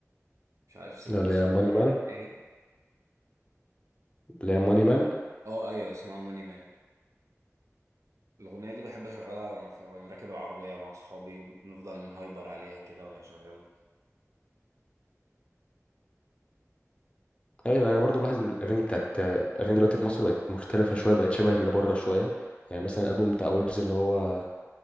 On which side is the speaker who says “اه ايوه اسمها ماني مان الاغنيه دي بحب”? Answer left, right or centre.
Right